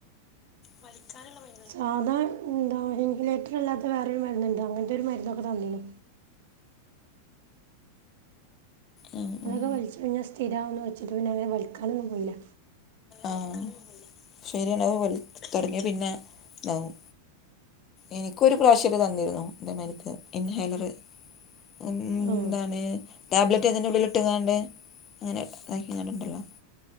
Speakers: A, on the left; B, on the right.
A: വലിക്കാന്ള്ള മര്
B: സാധാ എന്താ ഇൻഹുലേറ്റർ അല്ലാത്ത വേറൊരു മരുന്ന്ണ്ട് അങ്ങൻത്തൊരു മരുന്നൊക്കെ തന്നീനു
A: ഉം
B: അതൊക്കെ
A: ഉം
B: വൽച്ചയ്ഞ്ഞാ സ്ഥിരാവൊന്ന് വച്ചിട്ട് പിന്നെ അങ്ങനെ വലിക്കാനൊന്നും പോയില്ല
A: ആഹ് ശരിയെന്നെ അത് വലി തൊടങ്ങിയ പിന്നെ ഇതാവും എനിക്കൊരു പ്രാവശ്യൊക്കെ തന്നിരുന്നു ഇതേമാതീര്ത്തേ ഇൻഹീലറ് എന്താണ്
B: ആഹ്
A: ടാബ്ലറ്റ് അതിൻ്റെ ഉള്ളില്ട്ട്കാണ്ട് അങ്ങനെ താ അങ്ങനെണ്ടല്ലോ